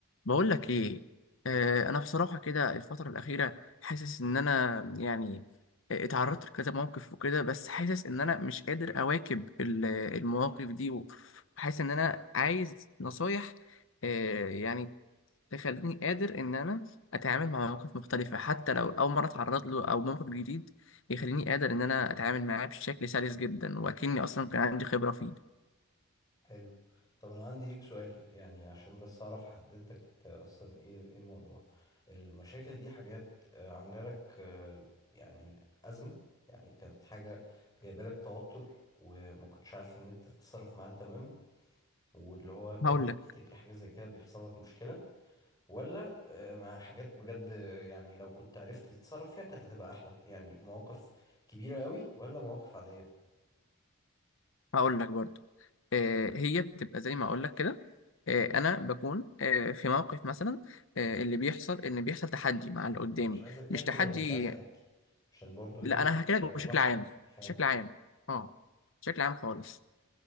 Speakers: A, on the left; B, on the left.
A: بقول لك ايه آه انا بصراحه كده الفتره الاخيره حاسس ان انا يعني آه، اتعرضت لكذا موقف وكده بس حاسس ان انا مش قادر اواكب ال- المواقف دي وحاسس ان انا عايز نصايح آه يعني تخليني قادر ان انا اتعامل مع مواقف مختلفه حتى لو اول مره اتعرض له او موقف جديد يخليني قادر ان انا اتعامل معاه بشكل سلس جدا واكني اصلا كان عندي خبره فيه
B: حلو طب انا عندي ليك سؤال يعني عشان بس اعرف احدد لك انت اصلا ايه ايه موضوع المشاكل دي حاجات آه، عامله لك آه، يعني ازمه يعني كانت حاجه جايبه لك توتر وما كنتش عارف ان انت تتصرف معاها تماما واللي هو كل
A: هقول
B: ما
A: لك
B: تفتكر حاجه زي كده بيحصل لك مشكله ولا آه، مع حاجات بجد آه، يعني لو كنت عرفت تتصرف فيها كانت هتبقى احلى يعني مواقف كبيره قوي ولا مواقف عاديه
A: هقول لك برضو آه، هي بتبقى زي ما اقول لك كده آه، انا بكون آه، في موقف مثلا آه، اللي بيحصل ان بيحصل تحدي مع اللي قدامي
B: انا مش عايزك تحكي
A: مش تحدي
B: لو مش عايز تحكي عشان برضو ايه
A: لا انا هحكي لك
B: آه، براحتك
A: بشكل عام
B: يعني فاهم
A: بشكل عام اه بشكل عام خالص